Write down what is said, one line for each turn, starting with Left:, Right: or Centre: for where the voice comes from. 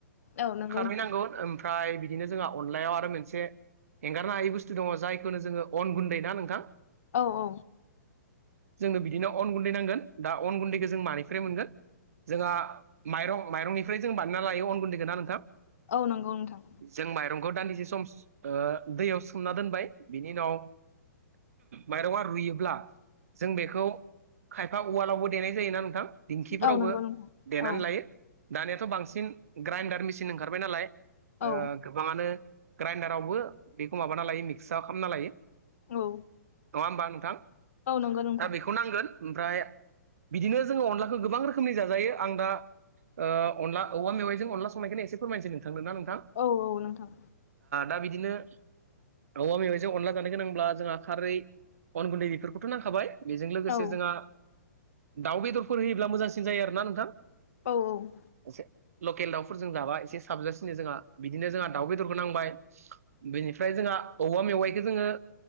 Left: औ नंगौ
Right: खारै
Left: नोंथां
Right: नांगौ ओमफ्राय बिदिनो जोंहा अनलायाव आरो मोनसे एंगारनो हायै बुस्थु दङ जायखौनो जोङो अन गुन्दै ना नोंथां?
Left: औ औ।
Right: जोंनो बिदिनो अन गुन्दै नांगोन दा अन गुन्दैखौ जों मानिफ्राय मोनगोन? जोंहा माइरं माइरंनिफ्राय जों बानायना लायो अन गुन्दैखौन ना नोंथां?
Left: औ नंगौ नोंथां।
Right: जों माइरंखौ दान्दिसे सम ओ दैयाव सोमना दोनबाय बिनि उनाव माइरंआ रुयोब्ला जों बेखौ खायफा उवालावबो देनाय जायोना नोंथां दिंखिफोरावबो
Left: औ नंगौ नोंथां
Right: देनानै
Left: औ
Right: लायो। दानियाथ' बांसिन ग्राइडार मेसिन ओंखारबाय नालाय
Left: औ
Right: ओ गोबाङानो ग्राइडारावबो बेखौ माबाना लायो मिक्सआव खालामना लायो।
Left: औ
Right: नंङा होमबा नोंथां?
Left: औ नंगौ नोंथां
Right: दा बेखौ खौ नांगोन ओमफ्राय बिदिनो जोङो अनलाखौ गोबां रोखोमनि जाजायो आं दा ओ अनला औवा मेवाइजों अनला संनायखायनो एसे फोरमायनोसै नोंथांदों ना नोंथां
Left: औ औ नोंथां
Right: दा बिदिनो औवा मेवाइजों अनला जानो गोनांब्ला जोंहा खारै अन गुन्दै बेफोरखौथ' नांखाबाय बेजों लोगोसे
Left: औ
Right: जोंहा दाउ बेदरफोर होयोब्ला मोजांसिन जायो आरोना नोंथां
Left: औ औ।
Right: एसे लकेल दाउफोरजों जाबा एसे साबजासिनो जोंहा बिदिनो जोंहा दाउ बेदरबो नांबाय। बेनिफ्राय जोंहा औवा मेवाइखौ जोङो